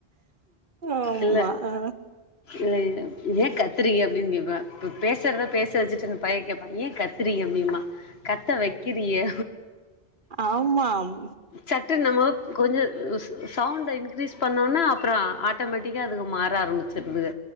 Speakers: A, on the right; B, on the left.
A: ஆமா
B: இல்ல
A: ஆ
B: இல்ல இல்ல ஏ கத்துரீங்க அப்டின் கேப்ப பு பேசற்தா பேச வச்சிட்டு இந்த பைய கேட்பா ஏ கத்துரங்க அப்டிம்பா கத்த வக்கிறியே
A: ஆமாம்
B: சட்டுன் நம்மோ கொஞ்ச உ சு சவுண்ட இன்க்ரீஸ் பண்ணோனா அப்புறோ ஆட்டோமேட்டிக்க அதுக மாற ஆரம்மிச்சிருதுக